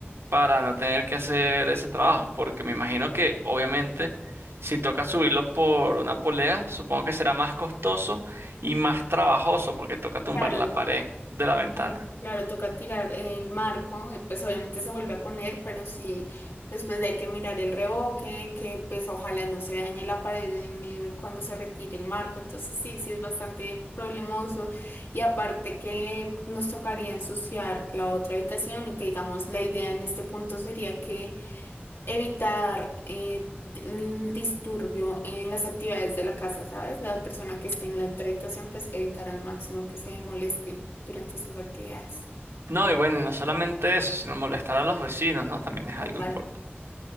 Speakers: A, on the right (about 75°); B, on the left (about 70°).
A: para no tener que hacer ese trabajo, porque me imagino que obviamente si toca subirlo por una polea, supongo que será más costoso y más trabajoso porque toca tumbar
B: Claro,
A: la pared de la ventana.
B: Claro, claro, toca tirar el marco, eh, pues obviamente se vuelve a poner, pero sí, después hay que mirar el revoque, que pues ojalá no se dañe la pared en el- cuando se retire el marco, entonces sí, sí es bastante problemoso y aparte que nos tocaría ensuciar la otra habitación y que digamos la idea en este punto sería que evitar eh, el disturbio en las actividades de la casa, ¿sabes? La persona que esté en la otra habitación, pues evitar al máximo que se moleste durante estas actividades.
A: No, y bueno, y no solamente eso, sino molestar a los vecinos, ¿no? También es algo
B: Total.
A: importante.